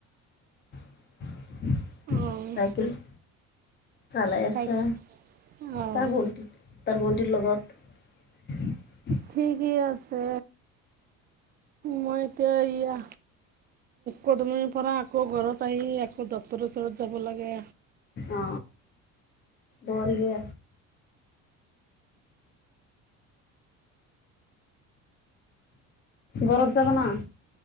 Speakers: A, on the left; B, on the right.
A: চাইকেল।
B: অঁ
A: চালাই আছা
B: চাই অ'
A: তাৰ বণ্টি তাৰ বণ্টিৰ লগত <inaudible>
B: ঠিক আছে মইতেয়া কদুমিৰ পৰা আকৌ ঘৰত আহি আকৌ ড্তৰৰ ওচৰত যাব লাগে
A: অ দৌৰে ঘৰত যাব না